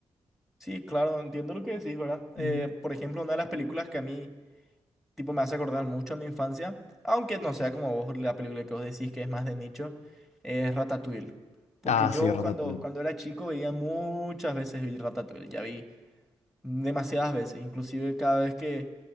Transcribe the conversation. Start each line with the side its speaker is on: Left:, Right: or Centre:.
Centre: Sí, claro, entiendo lo que decís, ¿verdad? Eh,
Left: Ujú.
Centre: por ejemplo, una de las películas que a mí tipo, me hace acordar mucho a mi infancia, aunque no sea como vos la película que vos decís que es más de nicho, es Ratatouille. Porque
Left: Ah,
Centre: yo
Left: sí, Ratatouille.
Centre: cuando, cuando
Left: <laughs>
Centre: era chico veía muchas veces vi Ratatouille, ya vi demasiadas veces, inclusive cada vez que,